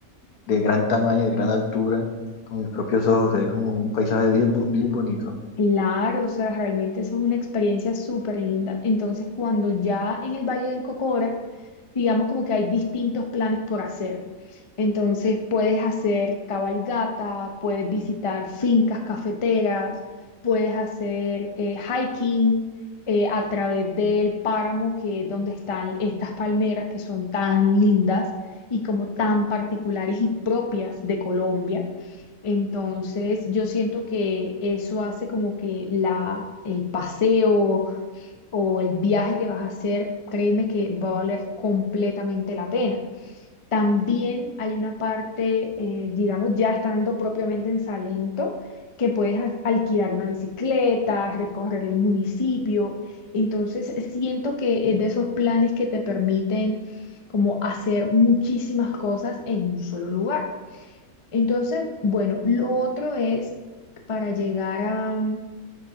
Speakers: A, on the left; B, on the left.
A: de gran tamaño, de gran altura, con mis propios ojos, es como un paisaje bien, bo- bien bonito.
B: Claro, o sea, realmente eso es una experiencia súper linda. Entonces, cuando ya en el Valle del Cocora digamos como que hay distintos planes por hacer. Entonces puedes hacer cabalgata, puedes visitar fincas cafeteras, puedes hacer eh, hiking eh, a través del páramo, que es donde están estas palmeras que son tan lindas y como tan particulares y propias de Colombia. Entonces yo siento que eso hace como que la, el paseo o el viaje que vas a hacer, créeme que va a valer completamente la pena. También hay una parte, eh, digamos, ya estando propiamente en Salento, que puedes a- alquilar una bicicleta, recorrer el municipio. Entonces, siento que es de esos planes que te permiten como hacer muchísimas cosas en un solo lugar. Entonces, bueno, lo otro es para llegar a mm,